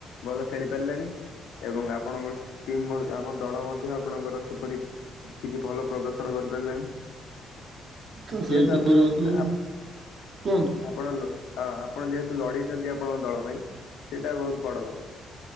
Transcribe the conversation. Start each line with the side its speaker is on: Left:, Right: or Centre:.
Left: ଭଲ ଖେଳି ପାରିଲେନି। ଏବଂ ଆପଣଙ୍କ ଟିମ୍ ଆମ ଦଳ ମଧ୍ୟ ଆପଣଙ୍କର ସୁପର୍ ହିଟ୍ କିଛି ଭଲ ପ୍ରଦର୍ଶନ <unintelligible> କରିପାରିଲେନି।
Right: ତସେଇ
Left: ଯେହେତୁ
Right: <unintelligible>
Left: ଆପଣ
Right: ବନ୍ଧୁ କୁହନ୍ତୁ?
Left: ଆପଣ ଲ ଆପଣ ଯେହେତୁ ଲଢିଛନ୍ତି ଆପଣଙ୍କ ଦଳ ପାଇଁ ସେଇଟା ବହୁତ୍ ବଡ଼ କଥା।